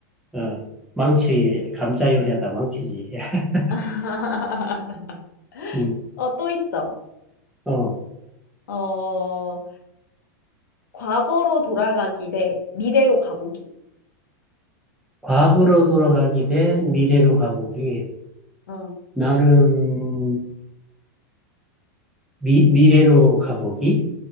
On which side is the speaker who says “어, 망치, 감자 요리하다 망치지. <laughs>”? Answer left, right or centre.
Centre